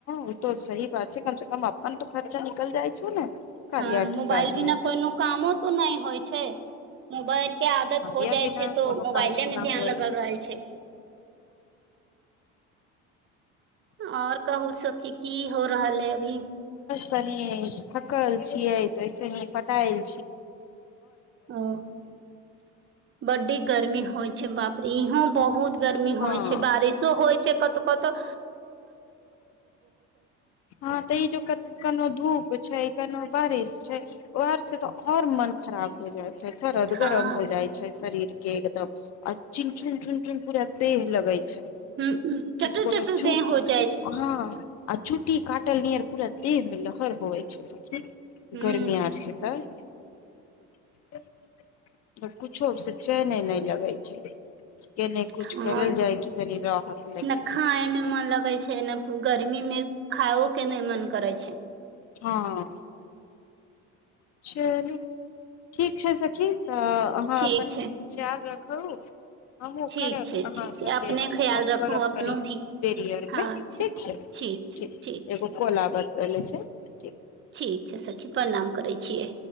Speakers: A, on the left; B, on the right.
A: ओ त सही बात छै कम से कम अपन तऽ खर्चा निकल जाइ छ ने कार्या
B: हँ
A: के
B: मोबाइल
A: काज
B: बिना
A: मे
B: कोनो कामो तो नहि होइ छै मोबाइल के आदत
A: कार्या
B: हो जाइ
A: बिना
B: छै तो
A: कोनो
B: मोबाइले
A: काज
B: मे
A: न
B: ध्यान
A: होइ
B: लगल रह छै आओर कहू स किी की हो रहल है अभी
A: कनी थकल छियै त ऐस ही पटाल
B: ओ बड्डी गर्मी होइ छै बाप रे इहों बहुत गर्मी
A: हँ
B: होइ छै बारिशो होइ छै क तऽ कतऽ
A: हँ तऽ ई ज क कनो धूप छै केनो बारिश छै उर से तो और मन खराब हो जायत शरद
B: हँ
A: गरम हो जाइ छै शरीर एकदम आ चिन चुन चुन चुन पूरा देह लगै छै
B: ह
A: कि
B: चटर
A: कोनो
B: चटर
A: चूटी
B: देह हो जा
A: हँ आ चुट्टी काटल नर पूरा देव मिल खर होइ छै सखी
B: ह
A: गरमी आर छै त <unintelligible> तब कुछो से चहने नहि लगै छै के नहि कुछ
B: हँ
A: करल जाए कि तनी राहत लगे
B: ने खाय मे मन लगे छै ने गर्मी मे खाो के नहि मन करै छै
A: हँ चलू ठीक छै सखी तऽ अहाँ
B: ठीक
A: अपन
B: छै
A: ख्याल रख ह हमूँ
B: ठीक
A: करब
B: छै
A: अहाँ
B: ठीक छै
A: सगे
B: अपने ख्याल
A: गप
B: रखू
A: करब
B: अपनो
A: कनि
B: भी
A: देरीियर
B: हँ
A: मे ठीक छै ठ
B: ठीक छै ठीक छै
A: एगो कोला बल रहललै छै ठीक
B: ठीक छै सखी प्रणाम करै छियै